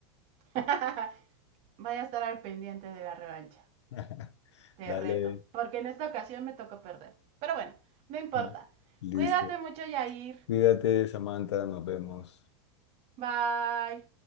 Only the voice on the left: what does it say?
<laughs>
Dale,
y- listo.
Cuídate, Samantha, nos vemos.